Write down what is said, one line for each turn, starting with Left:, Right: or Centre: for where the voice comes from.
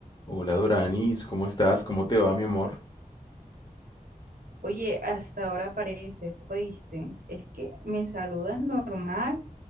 Left: Hola Doranis, ¿cómo estás? ¿Cómo te va, mi amor?
Right: Oye, hasta ahora apareces, ¿oíste? Es que me saludas normal,